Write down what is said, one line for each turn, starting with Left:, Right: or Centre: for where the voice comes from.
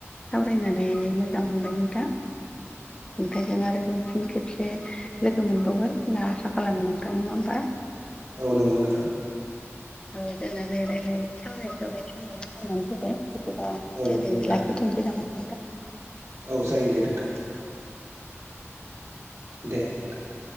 Left: सावरायनानै मोजां मोनबाय नों नोंथां नोंथांजों आरोबाव फिन खेबसे लोगो मोनबावगोन होनना आसा खालामो नोंथां नङा होमबा।
Right: औ नोंगौ नोंथां
Left: औ जोंना नै रायलाय सावरायै सावरायै समाबो जानानै फैबाय बिदिबा
Right: औ
Left: दिनै
Right: नंगौ नोंथां
Left: लाखिथ'- सै नामा नोंथां
Right: औ जायो दे नोंथां। दे नोंथां